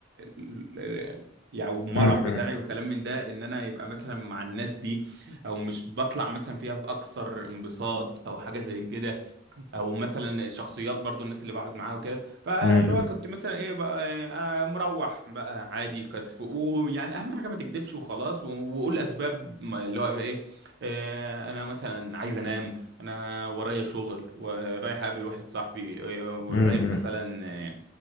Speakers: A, on the right; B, on the left.
A: ال- ال- يعني المرح
B: م-
A: بتاعي وكلام من ده ان انا يبقى مثلا مع الناس دي او مش بطلع مثلا فيها باكثر انبساط او حاجه زي كده او مثلا شخصيات برضو الناس اللي بقعد معاها وكده فاللي
B: م- م-
A: هو كنت مثلا ايه بقى إيه، آه، مروح بقى عادي كانت ف- ويعني اهم حاجه ما تكدبش وخلاص و- وقول اسباب ما- اللي هو ايه آه، انا مثلا عايز انام انا ورايا شغل ورايح اقابل واحد صاحبي آه، ورايح
B: م- م-
A: مثلا آه،